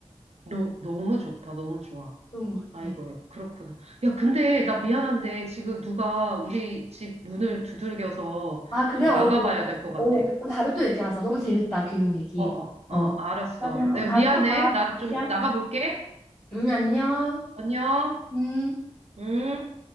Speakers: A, on the right; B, on the left.
A: 너, 너무 좋다. 너무 좋아.
B: 좋은 것
A: 아이고,
B: 같아.
A: 그렇구나. 야, 근데 나 미안한데 지금 누가 우리 집 문을 두들겨서
B: 아 그래?
A: 좀
B: 어,
A: 나가봐야
B: 어,
A: 될 것 같아.
B: 어, 그럼 다음에 또 얘기하자. 너무 재밌다 교육 얘기.
A: 어, 어,
B: 어.
A: 어, 알았어.
B: 그러면
A: 내가
B: 다음에
A: 미안해.
B: 또 봐.
A: 나
B: 다시야.
A: 좀 나가볼게.
B: 응, 안녕.
A: 안녕.
B: 음.
A: 응?